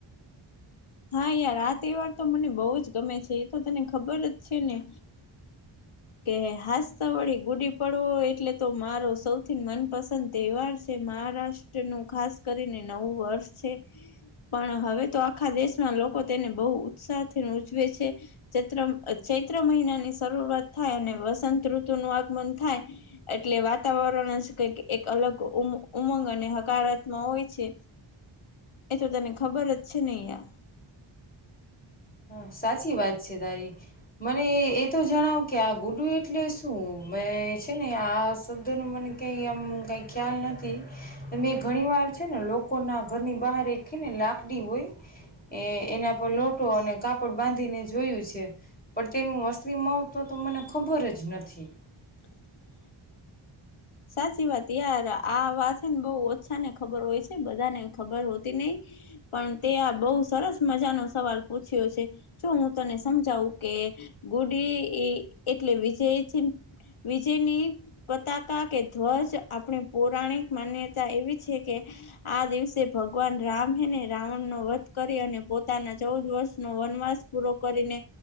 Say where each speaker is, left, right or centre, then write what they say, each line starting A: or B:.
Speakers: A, on the left (about 75°); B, on the left (about 20°).
A: હા યાર આ તહેવાર તો મને બહુ જ ગમે છે એ તો તને ખબર જ છે ને? કે હાાસતા વળી ગુડી પડવો એટલે તો મારો સૌથી મનપસંદ તહેવાર છે. મહારાષ્ટ્ર નું ખાસ કરીને નવું વર્ષ છે પણ હવે તો આખા દેશ- - લોકો તેને બહુ ઉત્સાહથી ઉજવે છે ચ ચૈત્ર મહિના ની શરૂઆત અને વસંત ઋતુ નું આગમન થાય એટલે વાતાવરણ જ ક એક અલગ ઉમ- - ઉમંગ અને હકારાત્મ હોય છે એ તો તને ખબર જ છે નેં?
B: હા સાચી વાત છે તારી મને એતો જણાવ કે આ ગુડુ એટલે શું? મેં છે ને આ શબ્દ ન મને કઈ આમ કઈ ખ્યાલ નથી મેં ઘણી વાર છે ને લોકો ના ઘરની બહાર એકખી ને લાકડી હોય એ એના પર લોટ ટો અને કાપડ બાંધીને જોયું છે પણ તેનું અસલી મહત્વ તો મને ખબર જ નથી.
A: <inaudible> સાચી વાત યાર આ વાત છે ને બહુ ઓછા ને ખબર હોય છે બધાને ખબર હોતી નહિ. પણ તે આ બહુ સરસ મજા નો સવાલ પૂછ્યો છે જો હું તને સમજાવું કે ગુડી એ એટલે વિજય વિજયની પતાક તા કે ધ્વજ આપણી પૌરાણિક માન્યતા એવી છે કે આ દિવસે ભગવાન રામ રામ હેને રાવણ નો વધ કરી અને પોતાના ચૌદ વર્ષ નો વનવાસ પૂરો કરીને